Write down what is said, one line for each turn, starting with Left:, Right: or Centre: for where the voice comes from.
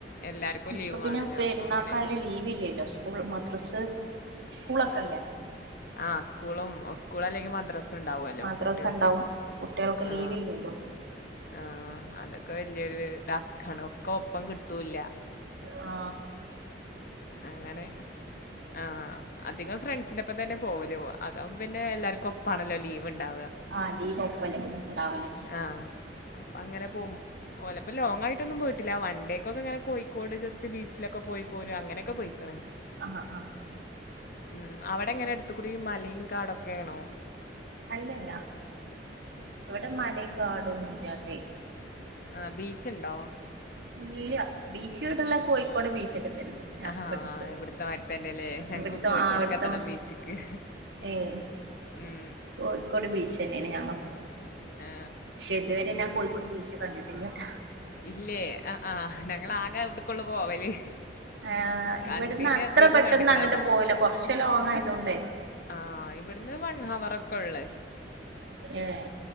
Left: എല്ലാവർക്കും
Right: ഇപ്പൊ
Left: ലീവ്
Right: പിന്നെ
Left: ആണല്ലോ
Right: പെരുന്നാക്കായാലും
Left: അപ്പോൾ അങ്ങനെ
Right: ലീവില്ലല്ലോ കൂൾ മദ്രസ് സ്കൂളൊക്കെല്ലേ
Left: ആ സ്കൂളും സ്കൂളല്ലെങ്കി മദ്രസ്സ് ക്കെണ്ടാവല്ലോ
Right: മദ്രസ
Left: കുട്ട്യാൾക്ക്‌
Right: ഉണ്ടാവും കുട്ടികൾക്ക്
Left: ആ
Right: ലീവില്ലല്ലോ
Left: ആ അതൊക്കെ വല്യൊരു ടാസ്കാണ് ഒക്കൊപ്പം കിട്ടൂല്ല
Right: ആ
Left: അങ്ങനെ ആ അധികം ഫ്രണ്ട്സിന്റോപ്പം തന്നെ പോവല് ഓ അതാവുമ്പോ പിന്നെ എല്ലാര്ക്കും ഒപ്പാണല്ലോ ലീവ് ണ്ടാവ
Right: ആ ലീവ് ഒപ്പല്ലേ കിട്ടാവല്
Left: ആ അപ്പൊ അങ്ങനെ പോവും ഓലപ്പം ലോങ്ങായിട്ടൊന്നും പോയിട്ടില്ല വണ്ടിക്കൊക്കെങ്ങനെ കോഴി കോട് ജസ്റ്റ് ബീച്ചിലൊക്കെ പോയി പോര അങ്ങനെക്കെ പോയിക്ക്ണ്
Right: ആ ആ
Left: ഉം അവടെ എങ്ങനെ എടുത്തുക്കൂടിം മലീം കാടൊക്കേണോ
Right: അല്ലല്ല ഇവടെ മലേം കാടൊന്നും ഇല്ലാത്തെ ഏ
Left: ആ ബീച്ച്ണ്ടോ
Right: ഇല്ല്യ ബീച്ച് വ്ടള്ളത് കോഴിക്കോട് ബീച്ചൊക്കെ തന്നെ
Left: അഹാ
Right: ഇവിടക്ക്
Left: എവിട് ത്തമാരിത്തെന്നെലെ ഞങ്ങക്ക്
Right: ഇവിടുത്തെ
Left: കോഴിക്കോട്ക്കെത്തണം
Right: ആഹ് അവിടുത്തെ
Left: ബീച്ച്ക്ക്
Right: ഏഹ്
Left: ഉം
Right: കോഴിക്കോട് ബീച്ചെന്നെണ് ഞങ്ങക്കും
Left: ആ
Right: ക്ഷെ ഇതുവരെ ഞാൻ കോഴിക്കോട് ബീച്ച് കണ്ടിട്ടില്ല ട്ടാ
Left: ഇല്ലേ അ ആഹ് ഞങ്ങളാകെ അവ്ട് കൊള്ളൂ പോവല്
Right: ആ
Left: കണ്ടീല്
Right: ഇവ്ട്ന്ന് അത്ര
Left: അധികം
Right: പെട്ടന്ന്
Left: കണ്ട്ക്ക്ണ്
Right: അങ്ങട്ട്
Left: അതാ.
Right: പോവില്ല കുറച്ച് ലോങ് ആയതോണ്ടെ
Left: ആഹ് ഇവിടുന്ന് വൺ ഹവറൊക്കൊള്ള്
Right: ഏഹ്